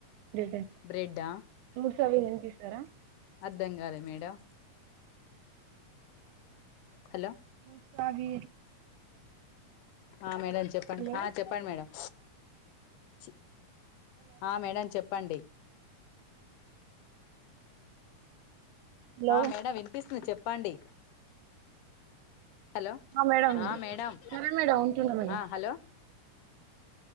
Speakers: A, on the right (about 80°); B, on the left (about 80°).
A: బ్రెడ్
B: బ్రెడ్డా
A: ఫ్రూట్స్ సవి ఏం తీసారా
B: అర్ధం కాలే మేడం హలో
A: మూస వీ
B: ఆ మేడం చెప్పండి
A: హలో
B: ఆ చెప్పండి మేడం ఛి ఆ మేడం చెప్పండి
A: హలో
B: ఆ మేడమ్ వినిపిస్తుంది చెప్ చెప్పండి హలో
A: మేడం
B: ఆ మేడమ్
A: సరే మేడం ఉంటున్నా మేడం
B: ఆ హలో